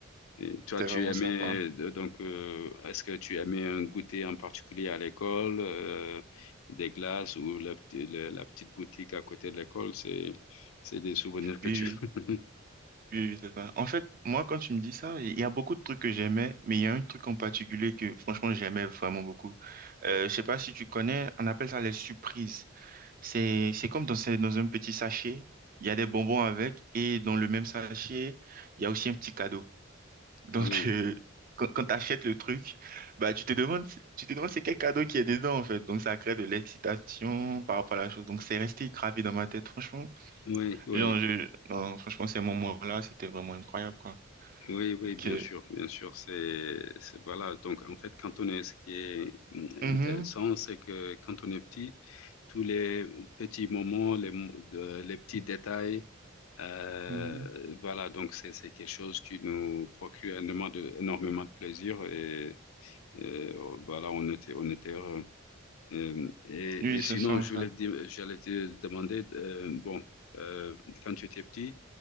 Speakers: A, on the left (about 80°); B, on the right (about 40°).
A: Et toi,
B: c'était
A: tu
B: vraiment
A: aimais,
B: sympa.
A: euh, donc, euh, est-ce que tu aimais un goûter en particulier à l'école, euh, des glaces ou la, p'ti- le- la petite boutique à côté de l'école? C'est, c'est des souvenirs que
B: Oui,
A: tu... <laughs>
B: oui, oui, oui, c'est ça. En fait, moi, quand tu me dis ça, il y a beaucoup de trucs que j'aimais, mais il y a un truc en particulier que, franchement, j'aimais vraiment beaucoup. Euh, je sais pas si tu connais, on appelle ça les surprises. C'est, c'est comme dans, ce- dans un petit sachet, il y a des bonbons avec, et dans le même sachet, il y a aussi un petit cadeau. <laughs> Donc,
A: Ah oui,
B: euh, quand, quand tu achètes le truc, bah, tu te demandes, tu te demandes c'est quel cadeau qui est dedans, en fait. Donc, ça crée de l'excitation par rapport à la chose. Donc, c'est resté gravé dans ma tête, franchement.
A: oui, oui,
B: Genre, je, non, franchement, ces moments-là, c'était vraiment incroyable, quoi.
A: oui, oui, bien
B: Que-
A: sûr, bien sûr. C'est, c'est, voilà. Donc, en fait, quand on est, ce qui est mm,
B: Mhm,
A: intéressant, c'est que quand on est petit, tous les petits moments, les, mo- de- les petits détails, Euh,
B: mhm.
A: voilà, donc c'est c'est quelque chose qui nous procure énormément de, énormément de plaisir et, et, euh, voilà, on était on était heureux. Euh, Et,
B: Oui,
A: et
B: c'est
A: sinon,
B: ça, en
A: je
B: fait.
A: voulais te dire- j'allais te demander, euh, bon, euh, quand tu étais petit,